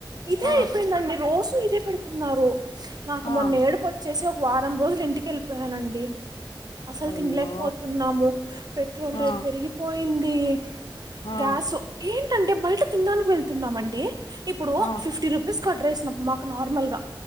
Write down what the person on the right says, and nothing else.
ఇదే
అయిపోయిందండి రోజూ ఇదే పెడుతున్నారు. నాకు
మొన్న ఏడుపోచ్చేస వారం రోజులు ఇంటికెళ్ళిపోయానండి. అసల్
తినలేకపోతున్నాము. పెట్రోల్
రేట్ పెరిగిపోయింది.
గ్యాస్ ఏంటంటే బయట తినడానికి వెళ్తున్నామండి. ఇప్పుడు,
ఫిఫ్టీ రూపీస్ కర్డ్ రైస్ నప్ మాకు నార్మల్ గా